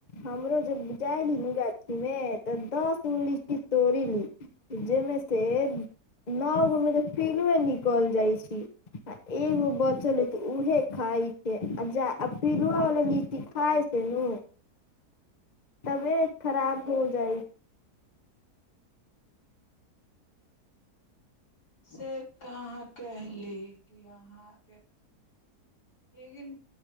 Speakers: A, on the left (about 30°); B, on the left (about 80°).
A: हमरो जब जाइली न गाछी मे तऽ दस गो लीची तोड़ी लेब जेहिमे से नओगो मे पिलुए निक- कल जाइ छी। आ एगो बचल है त उहे खाइ छै आ जा आ पीलुआ वला लीची खाइ छै नु तबेये खराब हो जाइ
B: से कहाँ कहली की अहाँ के लेकिन